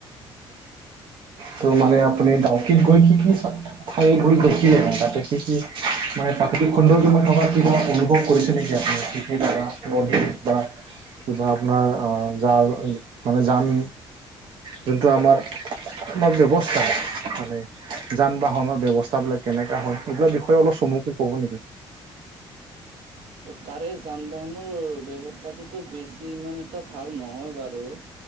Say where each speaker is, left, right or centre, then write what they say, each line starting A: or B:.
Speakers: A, on the right; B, on the right.
A: ত মানে আপুনি ডাউকত গৈ কি কি চালে। খাই ভৰি দেখিলে তাতে কি কি মানে প্ৰাকৃতিক খণ্ডৰ তই থকা কিবা অনুভৱ কৰিছে নেকি আপুনি বা কিবা আপোনাৰ জা মানে জান, যোনটো আমাৰ তোমাৰ ব্যৱস্থা মানে যান বাহনৰ ব্যৱস্থাাবিলাক কেনেকা হয়, এইবিলাক বিষয়ে অলপ চমুকৈ কব নেকি।
B: তাৰে যান বাহনৰ ব্যৱস্থাটোতো বেছি মানে এ ভাল নহয় বাৰু,